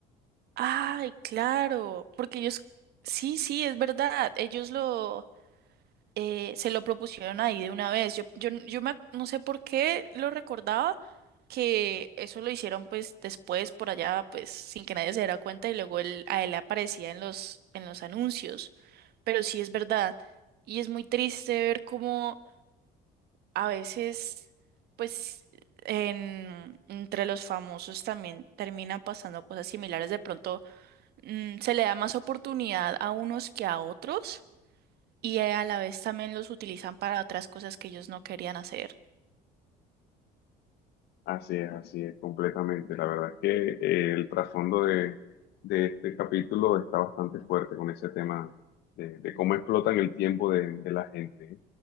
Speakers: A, on the right; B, on the left.
A: Ay, claro, porque ellos... Sí, sí, es verdad. Ellos lo... eh, se lo propusieron ahí de una vez. Yo, yo, yo me ac- no sé por qué lo recordaba que eso lo hicieron pues después por allá pues sin que nadie se diera cuenta y luego él, a él aparecía en los, en los anuncios. Pero sí es verdad y es muy triste ver cómo a veces pues en, entre los famosos también terminan pasando cosas similares. De pronto mm, se le da más oportunidad a unos que a otros y a la vez también los utilizan para otras cosas que ellos no querían hacer.
B: Así es, así es, completamente. La verdad es que eh, el trasfondo de, de este capítulo está bastante fuerte con ese tema de, de cómo explotan el tiempo de, de la gente.